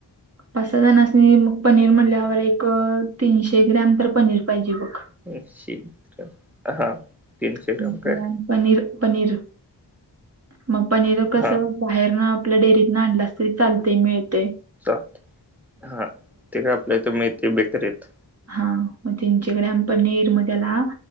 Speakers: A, on the right; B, in the centre.
A: पाच सहा जणासनी मग पनीर म्हणल्यावर एक तीनशे ग्रॅम तर पनीर पाहिजे बघ.
B: तीनशे <unintelligible> हा तीनशे
A: <inaudible>
B: ग्राम काय
A: पनीर पनीर मग पनीर कसं?
B: हा
A: बाहेर ना आपल्या डेअरीत न आणलास तरी चालतय मिळतय.
B: चालतंय हा ते काय आपल्या इथे मिळतंय बेकरीत.
A: हा मग तीनशे ग्रम पनीर मग त्याला